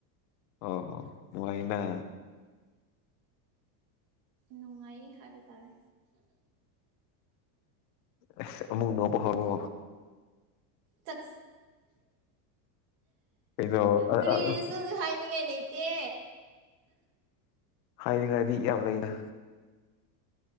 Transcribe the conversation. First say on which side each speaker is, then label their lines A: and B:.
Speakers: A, on the left; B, on the right.
A: ꯑꯣ ꯃꯥꯏꯅꯦ
B: ꯅꯨꯡꯉꯥꯏ ꯍꯥꯏꯕ ꯇꯥꯔꯦ
A: ꯑꯁ ꯑꯃꯨꯛ ꯅꯣꯄ ꯍꯣꯕꯣ
B: ꯇꯛ
A: ꯀꯩꯅꯣ ꯑ
B: ꯀꯔꯤꯁꯨ
A: ꯑ
B: ꯍꯥꯏꯅꯤꯡꯉꯥꯏ ꯂꯩꯇꯦ
A: ꯍꯥꯏꯅꯤꯡꯉꯥꯏꯗꯤ ꯌꯥꯝ ꯂꯩꯅ